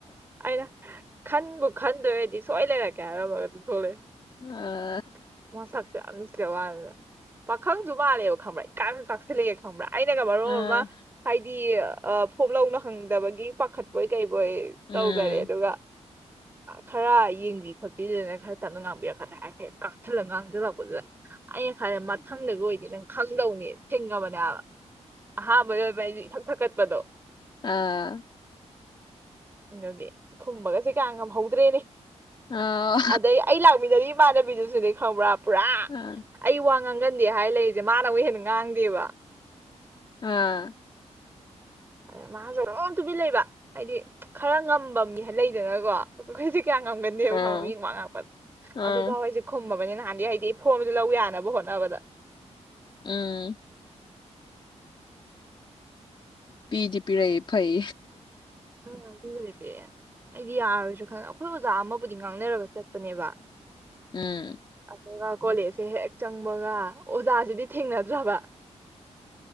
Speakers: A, on the right; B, on the left.
A: ꯑꯩꯅ ꯈꯟꯕꯨ ꯈꯟꯗꯣꯏ ꯑꯣꯏꯔꯗꯤ ꯁꯣꯏ ꯂꯩꯔꯛꯀꯦ ꯍꯥꯏꯔꯝꯃꯒꯥ ꯑꯗꯨꯝ ꯊꯣꯛꯂꯛꯑꯦ
B: ꯑꯥ
A: ꯃꯁꯛꯇꯣ ꯌꯥꯝ ꯅꯨꯡꯁꯤ ꯄꯥꯈꯪꯁꯨ ꯃꯥꯜꯂꯦꯕ ꯈꯪꯕ꯭ꯔꯥ ꯏꯀꯥꯛꯁꯨ ꯀꯥꯛꯁꯤꯜꯂꯛꯑꯦ ꯈꯪꯕ꯭ꯔꯥ ꯑꯩꯅꯒ ꯃꯔꯣꯟ
B: ꯑꯥ
A: ꯑꯃꯥ ꯍꯥꯏꯗꯤ ꯐꯣꯞ ꯂꯧꯅ ꯅꯪꯗꯕꯒꯤ ꯄꯥꯈꯠꯄꯣꯏ ꯀꯩꯕꯣꯏ
B: ꯎꯝ
A: ꯇꯧꯖꯔꯦ ꯑꯗꯨꯒ
B: <unintelligible>
A: ꯈꯔ ꯌꯦꯡꯕꯤ ꯈꯣꯠꯄꯤꯗꯅ ꯈꯔ ꯇꯞꯅꯥ ꯉꯥꯡꯕꯤꯔꯛꯀꯗꯔꯥ ꯍꯥꯏꯔꯥ ꯀꯥꯛꯁꯜꯂꯒ ꯉꯥꯡꯖꯤꯜꯂꯛꯄꯗꯨꯗꯤ ꯑꯩꯅ ꯈꯜꯂꯦ ꯃꯊꯪꯗꯥꯒ ꯑꯣꯏꯗꯤ ꯅꯪ ꯈꯪꯗꯧꯅꯦ ꯊꯦꯡꯅꯕꯗꯥ ꯑꯍꯥꯥꯟꯕꯒ ꯑꯣꯏ ꯏꯊꯛ ꯊꯛꯀꯠꯄꯗꯣ
B: ꯑꯥ
A: ꯑꯗꯨꯒꯤ ꯈꯨꯝꯕꯒꯥꯁꯦ ꯀꯌꯥ ꯉꯝꯍꯧꯗ꯭ꯔꯦ
B: ꯑꯥ
A: ꯑꯗꯩ ꯑꯩ ꯂꯥꯛꯃꯤꯟꯅꯔꯤ ꯏꯃꯥꯟꯅꯕꯤꯗꯨꯁꯨꯅꯦ ꯈꯪꯕ꯭ꯔꯥ ꯄꯨꯔꯥ
B: ꯍꯥ
A: ꯑꯩ ꯋꯥ ꯉꯥꯡꯒꯟꯗꯦ ꯍꯥꯏ ꯂꯩꯔꯤꯁꯦ ꯃꯥꯅ ꯑꯃꯨꯛ ꯍꯦꯟꯅ ꯉꯥꯡꯗꯦꯕ
B: ꯑꯥ
A: ꯑꯗꯩ ꯃꯥꯁꯨ ꯗꯨꯝ ꯇꯨꯃꯤꯟ ꯂꯩꯕ ꯍꯥꯏꯗꯤ ꯈꯔꯥ ꯉꯝꯕꯥ ꯃꯤ ꯂꯩꯗꯅꯀꯣ ꯑꯈꯣꯏꯗꯤ ꯀꯌꯥ ꯉꯝꯒꯟꯗꯦꯕꯥ
B: ꯑꯥ
A: ꯈꯪꯕꯔꯥ ꯃꯤ ꯋꯥ ꯉꯥꯡꯉꯛꯄꯗꯥ
B: ꯑꯥ
A: ꯑꯗꯣ ꯈꯨꯝꯃꯕꯅꯤ ꯅꯍꯥꯟꯗꯤ ꯍꯥꯏꯗꯤ ꯐꯣꯏꯕꯗꯨ ꯂꯧ ꯌꯥꯅꯕ ꯍꯣꯠꯅꯕꯗ
B: ꯎꯝ ꯄꯤꯗꯤ ꯄꯤꯔꯑꯦ ꯐꯩ
A: <unintelligible> ꯑꯩꯗꯤ ꯌꯥꯔꯣꯏꯁꯨ ꯈꯪ ꯑꯩꯈꯣꯏ ꯑꯣꯖꯥ ꯑꯃꯕꯨꯗꯤ ꯉꯥꯡꯅꯔꯒ ꯆꯠꯄꯅꯦꯕ
B: ꯎꯝ
A: ꯑꯗꯨꯒ ꯀꯣꯂꯦꯖꯁꯦ ꯍꯦꯛ ꯆꯪꯕꯒ ꯑꯣꯖꯥꯁꯤꯗꯤ ꯊꯦꯡꯅꯗ꯭ꯔꯕ